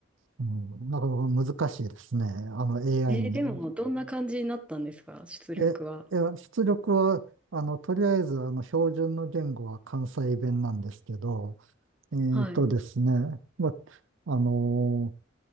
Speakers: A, on the right; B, in the centre.
A: うん、なかなか難しいですね。あの AI
B: えー、
A: に。
B: でも、どんな感じになったんですか、出力は。
A: え、いや、出力は、あの、とりあえず、あの、標準の言語は関西弁なんですけど、えーとですね、
B: はい。
A: ま、あの